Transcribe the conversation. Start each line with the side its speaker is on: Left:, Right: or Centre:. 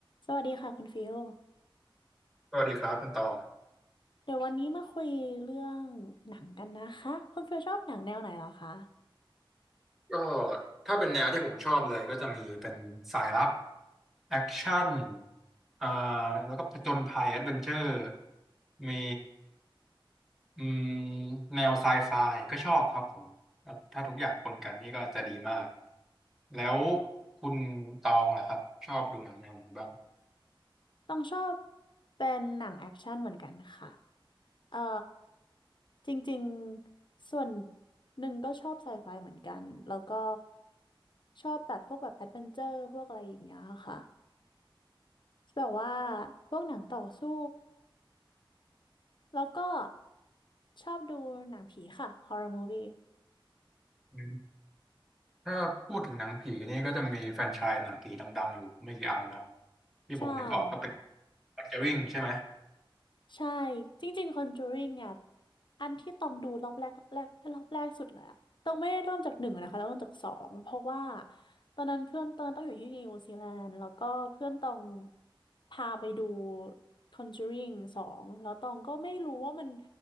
Left: สวัสดีค่ะคุณฟิล
Centre: สวัสดีครับคุณตอง
Left: เดี๋ยววันนี้มาคุยเรื่องหนังกันนะคะคุณฟิลชอบหนังแนวไหนเหรอคะ
Centre: ก็ถ้าเป็นแนวที่ผมชอบเลยก็จะมีเป็นสายลับแอคชั่นอ่าแล้วก็ผจญภัยแอดเวนเจอร์มีอืมแนวไซไฟก็ชอบครับผมครับถ้าทุกอย่างปนกันนี่ก็จะดีมากแล้วคุณตองล่ะครับชอบดูหนังแนวไหนบ้าง
Left: ต้องชอบเป็นหนังแอคชั่นเหมือนกันค่ะเอ่อจริงๆส่วนหนึ่งก็ชอบไซไฟเหมือนกันแล้วก็ชอบแบบพวกแบบแอดเวนเจอร์พวกอะไรอย่างเงี้ยค่ะแบบว่าพวกหนังต่อสู้แล้วก็ชอบดูหนังผีค่ะ h o r r o r Movie
Centre: อืมถ้าพูดถึงหนังผีนี่ก็จะมีแฟรนไชส์หนังผีดังๆอยู่ไม่กี่อันเนาะที่ผมนึกออกก็เป็น
Left: ใช่ค่ะ
Centre: c o n j u r i n g ใช่ไหม
Left: ใช่จริงๆคอนจูริงเนี่ยอันที่ต้องดูรอบแรกแรกรอบแรกสุดเลยอะต้องไม่ได้เริ่มจากหนึ่งนะคะต้องเริ่มจากสองเพราะว่าตอนนั้นเพื่อนตอนนั้นต้องอยู่ที่นิวซีแลนด์แล้วก็เพื่อนต้องพาไปดู Conjuring สองแล้วตองก็ไม่รู้ว่ามัน